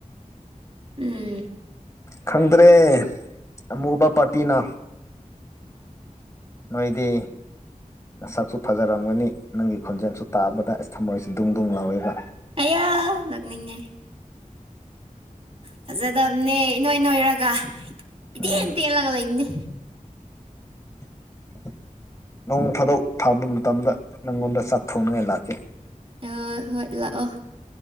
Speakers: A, on the right; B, on the left.
A: ꯎꯝ
B: ꯈꯪꯗ꯭ꯔꯦ ꯑꯃꯨꯕ ꯄꯥꯔꯇꯤꯅ ꯅꯣꯏꯗꯤ ꯅꯁꯛꯁꯨ ꯐꯖꯔꯝꯒꯅꯤ ꯅꯪꯒꯤ ꯈꯣꯟꯖꯦꯟꯁꯨ ꯇꯥꯕꯗ ꯑꯁ ꯊꯝꯃꯣꯏꯁꯤ ꯗꯨꯡ ꯗꯨꯡ ꯂꯥꯎꯏꯕ
A: ꯑꯌꯥ ꯅꯣꯛꯅꯤꯡꯉꯦ ꯐꯖꯗꯝꯅꯦ ꯏꯅꯣꯏ ꯅꯣꯏꯔꯒ ꯏꯇꯦꯟ
B: ꯎꯝ
A: ꯇꯦꯜꯂꯒ ꯂꯩꯕꯅꯦ
B: <unintelligible> ꯅꯣꯡ ꯐꯥꯗꯣꯛ ꯊꯥꯕ ꯃꯇꯝꯗ ꯅꯪꯉꯣꯟꯗ ꯆꯥꯛ ꯊꯣꯡꯅꯉꯥꯏ ꯂꯥꯛꯀꯦ
A: <unintelligible> ꯍꯣꯏ ꯂꯥꯑꯣ